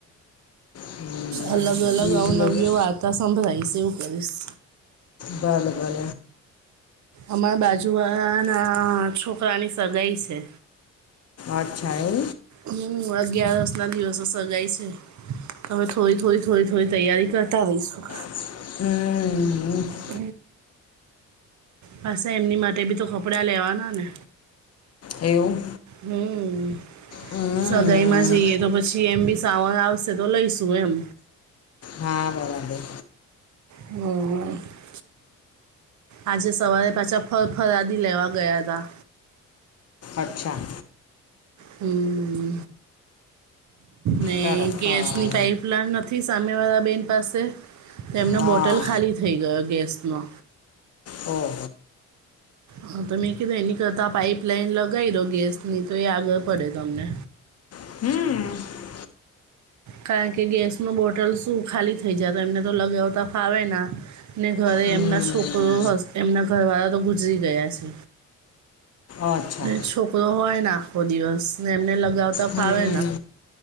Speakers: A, on the left (about 55°); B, on the right (about 70°).
A: હમ,
B: અલગ
A: બીજું
B: અલગ અવનવી્ય
A: બધું
B: વાર્તા સંભળાઈ એવું કરીશ.
A: ભલે ભલે.
B: અમારા બાજુ ના છોકરાની સગાાઈ છે.
A: અચ્છા.
B: હમ, અગિયારસ ના દિવસો સજાય છે. હમે થોડી થોડી થોડી થોડી તૈયારી કરતા રહીશું.
A: હમ. હમ.
B: હ પાસે એમની માટે બી તો કપડાં લેવાના ને.
A: એવું.
B: હમ,
A: હમ,
B: સગાઈમાં જઈએ તો પછી એમ બી સાવન આવશે. તે તો લઈ શું એમ?
A: હા, બરાબર.
B: હ. આજે સવારે પાછા ફ ફરાદી લેવા ગયા હતા.
A: અચ્છા.
B: હમ ને
A: સરસ
B: ગેસની
A: હા
B: પાઇપલાઇન. થી સામેવાળા બેહેન પાસે તેમનો
A: હા
B: બોટલ ખાલી થઈ ગયો ગેસનો.
A: હમ.
B: હા તો મેં કીધું એની કરતા પાઈપ લઇન લગાવી દો ગેસની તો એ આગળ પડે તમને.
A: હમ.
B: કારણ કે ગેસનું બોટલ શું ખાલી થઈ જાય તો એમને તો લગાવતા ફાવે ના. ને ઘરે
A: હમ
B: એમના છોકરો હ એમના ઘરવાળા તો ગુજરી ગયા છે.
A: અચ્છા
B: ને છોકરો હોય ને આખો દિવસ ને એમને લ. ઉગાવતા
A: હમ
B: ફાવે